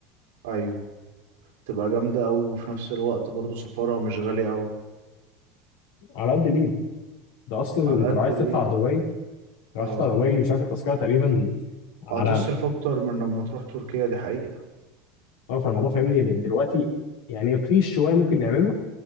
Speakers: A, on the right (about 80°); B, on the left (about 75°).
A: ايوه تبقى جامدة قوي وفي نفس الوقت برضو سفرها مش غالي قوي
B: على قد الايد ده اصلا
A: على
B: انت
A: قد
B: لو عايز
A: الايد
B: تطلع دبي
A: اه
B: رشيد
A: اه
B: عرباوي مش عارف التذكره تقريبا على
A: هتصرف اكتر من لما تروح تركيا دي حقيقة
B: طرف الموضوع فاهمني لأن دلوقتي يعني رخيص شويه ممكن نعمله